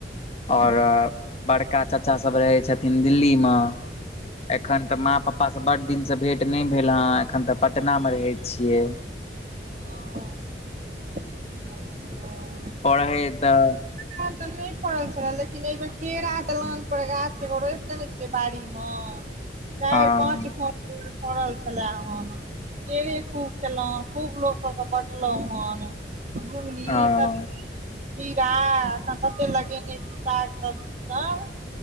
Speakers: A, on the right (about 40°); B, on the left (about 35°).
A: छी
B: आओर बड़का चाचासभ रहै छथिन दिल्ली मऽ एखन
A: हँ
B: तऽ माँ पापासँ बड्ड दिनसँ भेट नय भेल हँ एखन तऽ पटनामे रहै छियै
A: हँ अच्छह
B: परहै तऽ
A: अपन तऽ नय फड़ल छले लेकिन एहि बेर केरा दलान पर गाछ एगो रोइप देने छलिये बाड़ी मऽ चारि
B: हँ
A: पाँच <unintelligible> फड़ल छलै हन केरे खूब खेलौ हँ खूब लोक सब कऽ बाटलौ हन झुगनी <unintelligible>
B: हँ
A: खीरा एखन कते लगेने छी साग सब्जी सब